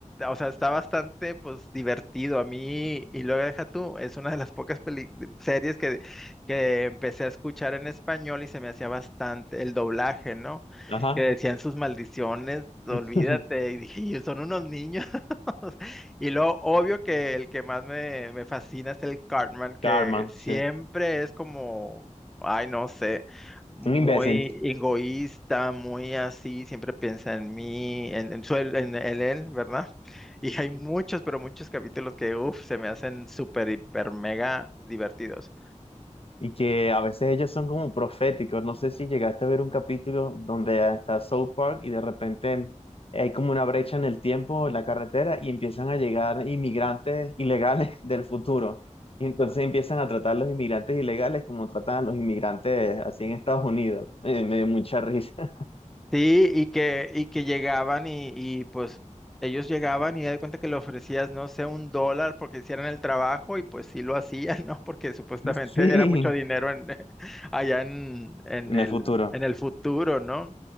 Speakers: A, in the centre; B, on the left.
A: o sea, está bastante pues divertido a mí y luego deja tú, es una de las pocas peli- series que, que empecé a escuchar en español y se me hacía bastante el doblaje, ¿no?
B: ajá.
A: Que decían sus maldiciones, olvídate,
B: <laughs>
A: y dije, "Y son unos niños. <laughs> Y lo obvio que el que más me, me fascina es el Cartman, que
B: Carmen,
A: siempre
B: sí.
A: es como, ay, no sé muy
B: Un imbécil.
A: egoísta, muy así, siempre piensa en mí, en, en, su- en, en él, ¿verdad? Y hay muchos, pero muchos capítulos que, uff, se me hacen súper, hiper, mega divertidos.
B: y que a veces ellos son como proféticos. No sé si llegaste a ver un capítulo donde está South Park y de repente hay como una brecha en el tiempo, en la carretera, y empiezan a llegar inmigrantes ilegales <laughs> del futuro. Y entonces empiezan a tratar a los inmigrantes ilegales como tratan a los inmigrantes así en Estados Unidos. <laughs> Eh, me dio mucha risa. <laughs>
A: Sí, y que, y que llegaban y, y, pues ellos llegaban y ya de cuenta que le ofrecías, no sé, un dólar porque hicieran el trabajo y pues sí lo <laughs> hacían, ¿no? Porque supuestamente
B: Sí,
A: era mucho dinero en, <laughs> allá en, en
B: en
A: el,
B: el futuro.
A: en el futuro, ¿no?